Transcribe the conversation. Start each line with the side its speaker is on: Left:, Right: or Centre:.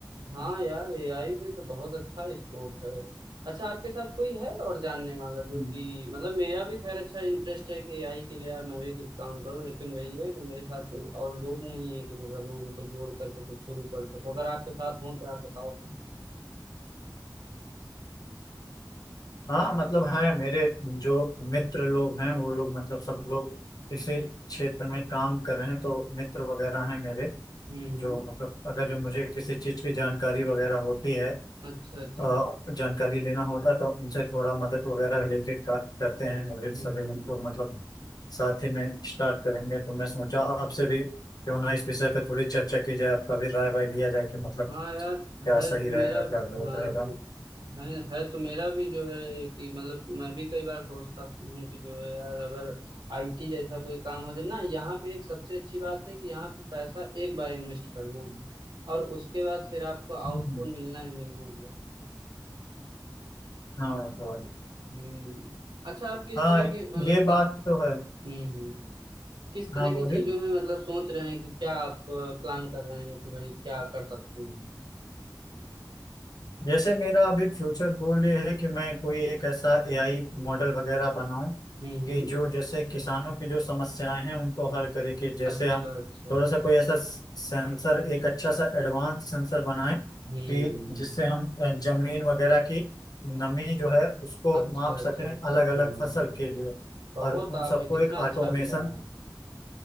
Right: हाँ यार एआई में तो बहुत अच्छा स्कोप है अच्छा आपके साथ कोई है और जानने वाला जो
Left: हम्म।
Right: कि मतलब मेरा भी खैर अच्छा इंटरेस्ट है कि एआई के लिए यार मैं भी कुछ काम करूँ लेकिन वही है कि मेरे साथ कोई और लोग नहीं है कि मतलब मैं उनको जोड़ करके कुछ शुरू कर सकूँ अगर आपके साथ हो तो यार बताओ
Left: हाँ मतलब है मेरे जो मित्र लोग हैं वो लोग मतलब सब लोग इसी क्षेत्र में काम कर रहे हैं तो मित्र वगैरह हैं मेरे
Right: हम्म हम्म,
Left: जो मतलब अगर जो मुझे किसी चीज की जानकारी वगैरह होती है
Right: अच्छा अच्छा
Left: अ, जानकारी लेना होता तो उनसे थोड़ा मदद वगैरह लेके का- करते हैं और ये
Right: हम्म
Left: सभी को मतलब साथ ही में स्टार्ट करेंगे तो मैं सोचा आपसे भी क्यों ना इस विषय पे थोड़ी चर्चा की जाए आपका भी राय वाय लिया जाए कि मतलब
Right: हाँ यार
Left: क्या
Right: है
Left: सही
Right: तो
Left: रहेगा
Right: मेरा हाँ
Left: क्या गलत रहेगा
Right: हाँ। है है तो मेरा भी जो है कि मतलब मैं भी कई बार सोचता हूँ कि जो है यार अगर आईटी जैसा कोई काम हो जाए ना यहाँ पे एक सबसे अच्छी बात है कि यहाँ पे पैसा एक बार इन्वेस्ट करना है और उसके बाद फिर आपको आउटपुट
Left: हम्म,
Right: मिलना ही मिलना है
Left: हाँ तो-
Right: हम्म अच्छा आप किस
Left: हाँ
Right: तरह के मतलब
Left: ये बात
Right: का
Left: तो है
Right: हम्म हम्म किस तरह
Left: हाँ
Right: की
Left: बोलिए
Right: चीजों में मतलब सोच रहे हैं कि क्या आप प्लान कर रहे हैं कि भाई क्या कर सकते हैं
Left: जैसे मेरा अभी फ्यूचर गोल ये है कि मैं कोई एक ऐसा एआई मॉडल वगैरह बनाऊं
Right: हम्म
Left: कि
Right: हम्म
Left: जो जैसे किसानों की जो समस्याएं हैं उनको हल करे कि जैसे
Right: अच्छा
Left: हम
Right: अच्छा
Left: थोड़ा
Right: हम्म
Left: सा कोई ऐसा सेंसर एक अच्छा सा एडवांस सेंसर बनाएं कि
Right: हम्म
Left: जिससे हम अ, जमीन वगैरह की नमी जो है उसको
Right: अच्छा
Left: माप सकें
Right: अच्छा हम्म
Left: अलग अलग फसल के लिए
Right: बहुत
Left: और उन सबको
Right: आप कितना
Left: एक ऑटोमेशन
Right: अच्छा विचार है